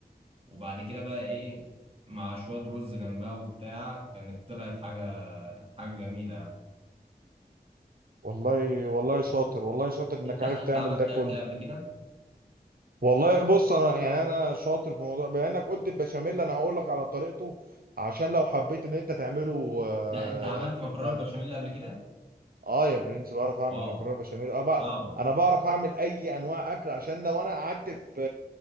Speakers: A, on the right; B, on the right.
A: وبعد كده بقى ايه مع شوية رز جنبها وبتاع كانت طلعت حاجة حاجة جميلة يعني
B: والله والله شاطر والله شاطر انك
A: انت انت
B: عارف تعمل
A: عملت
B: ده كله
A: اكل قبل كده
B: والله بص انا يعني انا شاطر في موضوع بما انك قلت البشاميل انا هقول لك على طريقته عشان لو حبيت ان انت تعمله آه
A: انت انت عملت مكرونة بالبشاميل قبل كده
B: اه يا برنس بعرف اعمل
A: واو
B: مكرونه بشاميل اه بقى
A: صعبة
B: انا بعرف اعمل اي انواع اكل عشان لو انا قعدت في